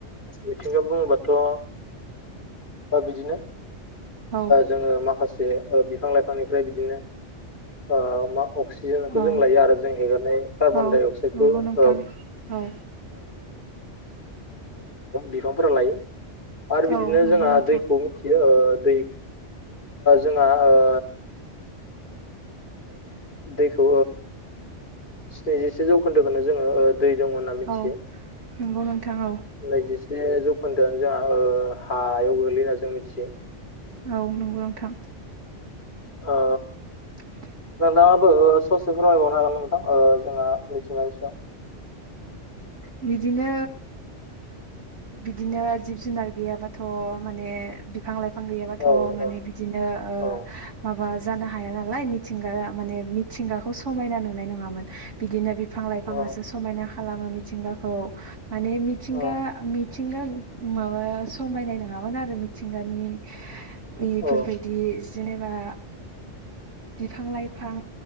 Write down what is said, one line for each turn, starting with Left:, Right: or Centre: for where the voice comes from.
Left: मिथिंगा बुङोबाथ'। बिदिनो
Right: औ
Left: जोङो माखासे। जे बिफां लाइफांनिफ्राय बिदिनो ओ मा। अक्सिजेनखौ
Right: औ
Left: जों लायो आरो जों हेगारनाय कार्बन
Right: औ
Left: डाइ अक्साइदखौ
Right: नंगौ
Left: औ।
Right: नोंथां <inaudible>
Left: बिफांफोरा लायो आरो बिदिनो
Right: औ नंगौ
Left: जोंहा
Right: नोंथां
Left: दैखौ मिथियो। दै जोंहा ओ। दैखौ स्निजिसे जौखोन्दोखौनो जोङो। दै दं होनना मिथियो
Right: औ नंगौ नोंथां औ
Left: नैजि। जसे जौखोन्दोआ जोंहा हायाव गोग्लैयो होनना जों मिथियो।
Right: औ नंगौ नोंथां।
Left: ओ
Right: <inaudible>
Left: नोंथाङाबो ससे फोरमायबावनो हागोन नोंथां जोंना मिथिंगानि सायाव।
Right: बिदिनो। बिदिनो जिब जुनार गैयाबाथ' माने बिफां लाइफां। बिफां गैयाबाथ'
Left: औ
Right: माने
Left: औ
Right: बिदिनो
Left: औ
Right: माबा जानो हाया नालाय मिथिंगाया। माने मिथिंगाखौ समायना नुनाय नङामोन बिदिनो बिफां लाइफाङासो
Left: औ
Right: समायना। खालामो मिथिंगाखौ माने मिथिंगा
Left: औ
Right: मिथिंगा। माबा समायनाय नङामोन आरो मिथिंगानि बेफोरबायदि
Left: औ
Right: जेनेबा। बिफां लाइफां